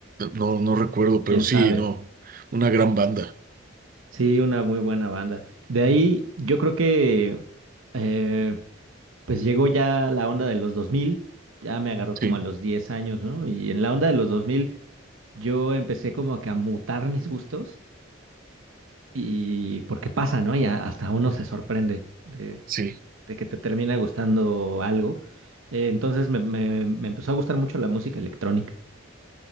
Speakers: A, on the right; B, on the right.
A: no, no recuerdo,
B: quién
A: pero sí,
B: sabe.
A: no, una gran banda,
B: Sí, una muy buena banda. De ahí yo creo que eh, pues llegó ya la onda de los 2000, ya me agarró
A: sí,
B: como a los 10 años, ¿no? Y en la onda de los 2000, yo empecé como que a mutar mis gustos y porque pasa, ¿no? Y a- hasta uno se sorprende de,
A: sí.
B: de que te termina gustando algo. Eh, entonces me, me, me empezó a gustar mucho la música electrónica